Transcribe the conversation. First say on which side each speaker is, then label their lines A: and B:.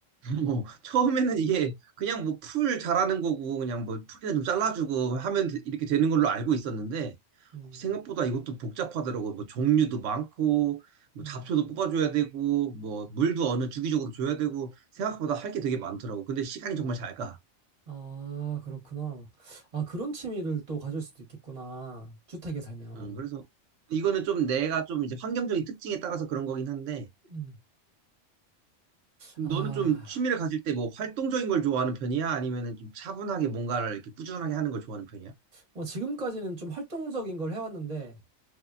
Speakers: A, on the right; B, on the right.
A: 뭐 처음에는 이게 그냥 뭐 풀 자라는 거고 그냥 뭐 풀이나 좀 잘라주고 하면 되- 이렇게 되는 걸로 알고 있었는데
B: 음,
A: 생각보다 이것도 복잡하더라고. 뭐 종류도 많고 뭐
B: 음.
A: 잡초도 뽑아줘야 되고 뭐 물도 어느 주기적으로 줘야 되고 생각보다 할 게 되게 많더라고. 근데 시간이 정말 잘 가.
B: 아, 그렇구나. 아, 그런 취미를 또 가질 수도 있겠구나. 주택에 살면.
A: 음, 그래서 이거는 좀 내가 좀 이제 환경적인 특징에 따라서 그런 거긴 한데
B: 음.
A: 너는
B: 아,
A: 좀 취미를 가질 때 뭐 활동적인 걸 좋아하는 편이야? 아니면은 좀 차분하게 뭔가를 이렇게 꾸준하게 하는 걸 좋아하는 편이야?
B: 뭐 지금까지는 좀 활동적인 걸 해왔는데,